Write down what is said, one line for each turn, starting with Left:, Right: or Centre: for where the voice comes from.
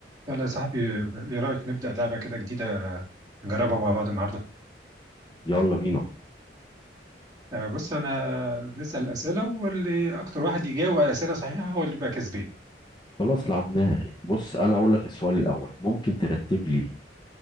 Right: يلا يا صاحبي ايه رأيك نبدأ لعبة كده جديدة نجربها مع بعض النهاردة
Left: يلا بينا
Right: آه، بص انا بنسأل أسئلة واللي اكتر واحد يجاوب على أسئلة صحيحة هو اللي بيبقى كسبان
Left: خلاص لعبناها بص انا اقول لك السؤال الاول ممكن ترتب لي